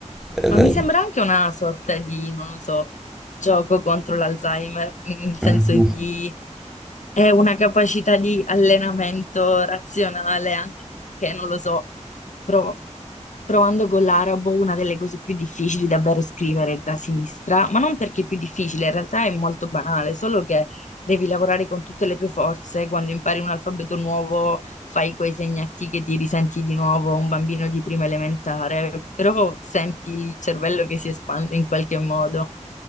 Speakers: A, in the centre; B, on the left.
A: Ed
B: Ma
A: è-
B: mi sembra anche una sorta di, non lo so, gioco contro l'Alzheimer, <laughs> nel senso
A: Mhm.
B: di è una capacità di allenamento razionale anche, non lo so Provo- provando con l'arabo, una delle cose più difficili davvero è scrivere da sinistra, ma non perché è più difficile, in realtà è molto banale, solo che devi lavorare con tutte le tue forze, quando impari un alfabeto nuovo fai quei segnati che ti risenti di nuovo, un bambino di prima elementare, però senti il cervello che si espande in qualche modo.